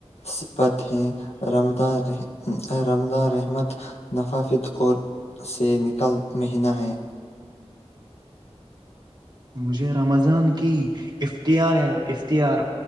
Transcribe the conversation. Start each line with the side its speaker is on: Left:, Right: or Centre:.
Left: سبت ہے رمداں رحمت نفافت اور سے نکل مہینہ ہے
Right: مجھے رمضان کی اختیار